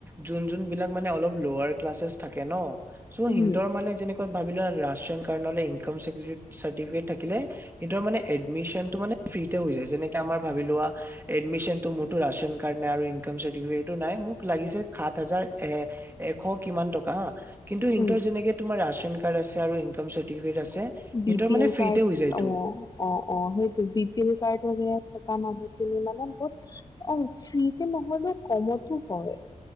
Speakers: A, on the right; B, on the left.
A: যোন যোন বিলাক মানে অলপ লোৱাৰ ক্লাছেছ থাকে ন চ'
B: উম
A: সিহতৰ মানে যেনেকুৱা ভাবিলোৱা ৰেচন কাৰ্ড নহ'লে ইনকাম চাৰ্টিফিকেট থাকিলে সেইটো মানে এডমিচনটো মানে প্ৰিটে হয় যায়। যেনেকে আমাৰ ভাবি লোৱা এডমিচনটো মোৰটো ৰাচন কাৰ্ড নাই আৰু ইনকাম চাৰৰ্টিফিকেটো নাই মোক লাগিছে সাত হাজাৰ এ-এশ কিমান টকা হা কিন্তু ইহতৰ
B: উম
A: যেনেকে তোমাৰ ৰাচন কাৰ্ড আছে আৰু ইনকাম চাৰ্টিফিকেট আছে সিহঁতৰ
B: বি পি
A: মানে
B: এল কাৰ্ড
A: ফ্ৰীতে হৈ যায়টো
B: অ অ অ সেইটো বি পি এল কাৰ্ডৰ ধৰক থকা মানুহখিনি মানে বহুত অ ফ্ৰীতে নহলেও কমতো হয়।